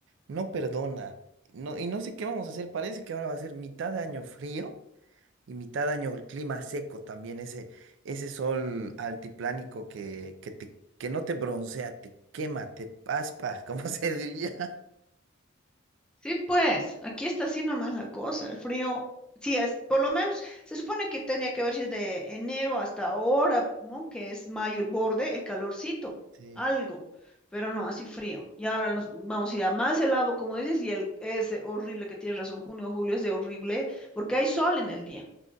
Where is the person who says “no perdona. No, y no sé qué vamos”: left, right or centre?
Right